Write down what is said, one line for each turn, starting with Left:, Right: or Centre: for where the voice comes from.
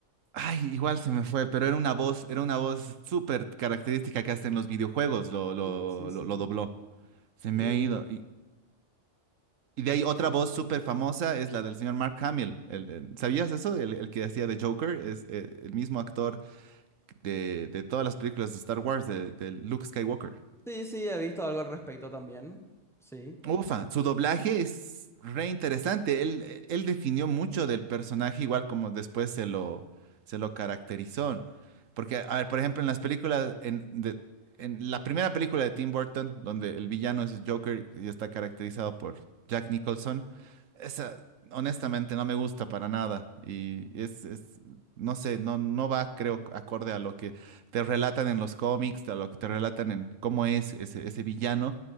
Right: Ay, igual se me fue, pero era una voz, era una voz súper característica que hasta en los videojuegos lo, lo,
Centre: Sí, sí, sí.
Right: lo, lo dobló. Se
Centre: Eh,
Right: me ha ido. Y de ahí otra voz súper famosa es la del señor Mark Hamill. El- el- ¿sabías eso? El, el que hacía de Joker es eh, el mismo actor de, de todas las películas de Star Wars, de, de Luke Skywalker.
Centre: sí, sí, he visto algo al respecto también. Sí.
Right: Ufa, su doblaje es re interesante. Él, él definió mucho del personaje, igual como después se lo, se lo caracterizó. Porque, a ver, por ejemplo, en las películas, en, de- en la primera película de Tim Burton, donde el villano es Joker y está caracterizado por Jack Nicholson, esa honestamente no me gusta para nada. Y es, es- no sé, no, no va, creo, acorde a lo que te relatan en los cómics, a lo que te relatan en cómo es ese, ese villano.